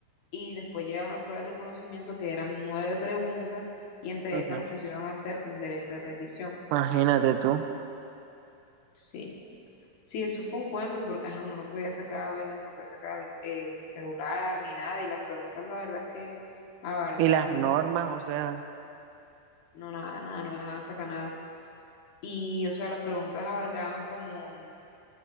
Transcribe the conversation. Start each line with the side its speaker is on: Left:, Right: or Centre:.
Left: y después llegaron las pruebas de conocimiento que eran nueve preguntas y entre
Right: Ujú.
Left: esas nos pusieron a hacer un derecho de petición.
Right: Imagínate tú.
Left: Sí, sí, eso fue un cuento porque ajá, uno no podía sacar, obviamente no podía sacar el, el celular ni nada y las preguntas la verdad es que abarcaron,
Right: Y las normas, o sea,
Left: no nada, nada, no dejaban sacar nada. Y o sea, las preguntas abarcaban como,